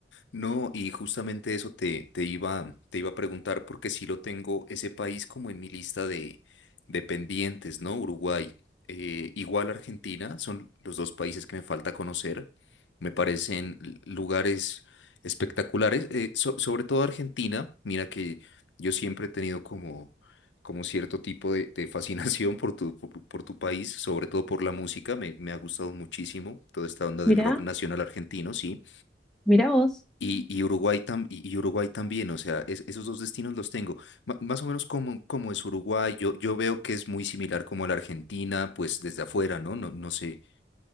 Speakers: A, on the left; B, in the centre.
A: No, y justamente eso te, te iba, te iba a preguntar, porque sí lo tengo ese país como en mi lista de, de pendientes, ¿no? Uruguay, eh, igual Argentina, son los dos países que me falta conocer. Me parecen l- lugares espectaculares, eh, so- sobre todo Argentina. Mira que yo siempre he tenido como, como cierto tipo de, de fascinación por tu, por, por tu país, sobre todo por la música. Me, me ha gustado muchísimo toda esta onda del
B: Mirá,
A: rock nacional argentino, sí.
B: mirá vos.
A: Y, y Uruguay tam- y y Uruguay también, o sea, es- esos dos destinos los tengo. Ma- más o menos como, como es Uruguay, yo, yo veo que es muy similar como a la Argentina, pues desde afuera, ¿no? No, no sé,